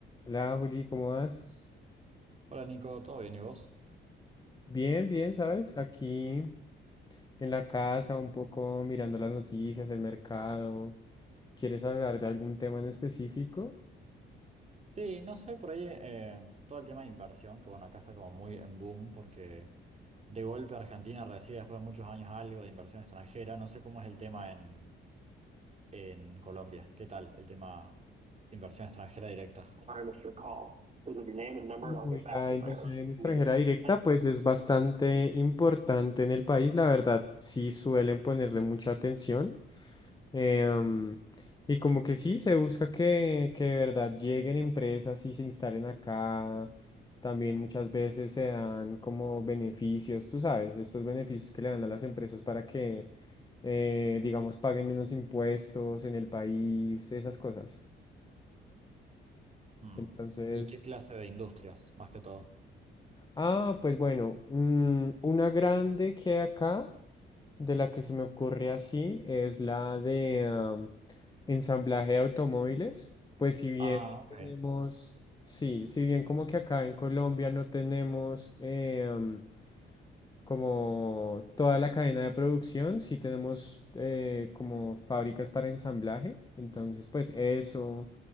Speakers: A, on the left; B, on the right.
A: Hola Juli, ¿cómo vas?
B: Hola Nico, ¿todo bien y vos?
A: Bien, bien, ¿sabes? Aquí en la casa, un poco mirando las noticias, el mercado. ¿Quieres hablar de algún tema en específico?
B: Sí, no sé, por ahí eh, todo el tema de inversión, que bueno, acá está como muy en boom porque de golpe Argentina recibe después de muchos años algo de inversión extranjera. No sé cómo es el tema en, en Colombia. ¿Qué tal el tema inversión extranjera directa? Sorry, Mr. Call. Please leave your name and number, and I'll
A: Uy,
B: get back
A: la
B: to
A: inversión
B: you by earliest
A: en extranjera
B: convenience.
A: directa
B: Thanks.
A: pues es bastante importante en el país, la verdad, sí suelen ponerle mucha atención. em, y como que sí, se busca que, que de verdad lleguen empresas y se instalen acá. También muchas veces se dan como beneficios, tú sabes, estos beneficios que le dan a las empresas para que, eh, digamos, paguen menos impuestos en el país, esas cosas.
B: Mm.
A: Entonces,
B: ¿Y qué clase de industrias, más que todo?
A: Ah, pues bueno, mm, una grande que hay acá, de la que se me ocurre así, es la de am, ensamblaje de automóviles. Pues si bien
B: Ah,
A: no
B: ok.
A: tenemos, sí, si bien como que acá en Colombia no tenemos eh, am, como toda la cadena de producción, sí tenemos eh, como fábricas para ensamblaje. Entonces, pues eso,